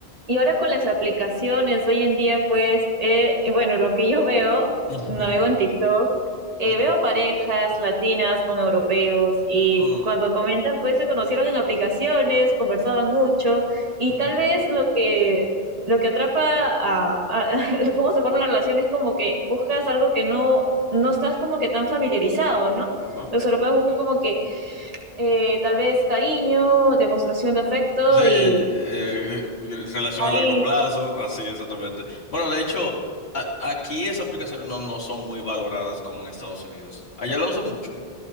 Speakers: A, on the right; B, on the left.
A: Y ahora con las aplicaciones, hoy en día, pues, eh, bueno, lo que yo veo,
B: <laughs>
A: navego en TikTok, eh,
B: Ujú,
A: veo parejas latinas con europeos y
B: ujú,
A: cuando comentan, pues se conocieron en aplicaciones, conversaban mucho y
B: ujú,
A: tal vez lo que, lo que atrapa a, a- <laughs> cómo se forma la relación es como que buscas algo que no, no estás como que tan familiarizado, ¿no?
B: ujú, ajá.
A: Los europeos buscan como que eh, tal vez cariño, demostración de afecto
B: Sí, eh,
A: y...
B: eh, en relación
A: ahí
B: a largo plazo, así exactamente. Bueno, de hecho, a- aquí esas aplicaciones no, no son muy valoradas como en Estados Unidos. Allá la usan mucho,